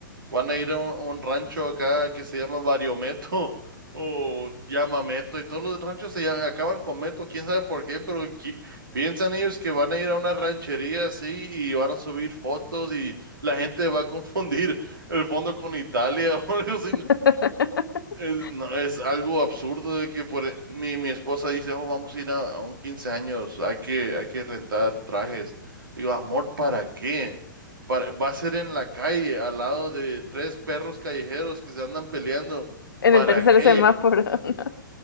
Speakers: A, on the right; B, on the left.
A: van a ir a un, a un rancho acá que se llama Variometo <laughs> o llamameto y todos los ranchos se llaman- acaban con Meto, quién sabe por qué, pero qui- piensan ellos que van a ir a una ranchería así y van a subir fotos y la gente va a <laughs> confundir el fondo con Italia <laughs> o algo así
B: <laughs>
A: eh, no, es algo absurdo de que por, e, mi, mi esposa dice, oh, vamos a ir a, a un 15 años, hay que, hay que rentar trajes. Digo, amor, ¿para qué? Para- va a ser en la calle, al lado de tres perros callejeros que se andan peleando.
B: En
A: ¿Para
B: el tercer
A: qué?
B: semáforo, <laughs> ¿no?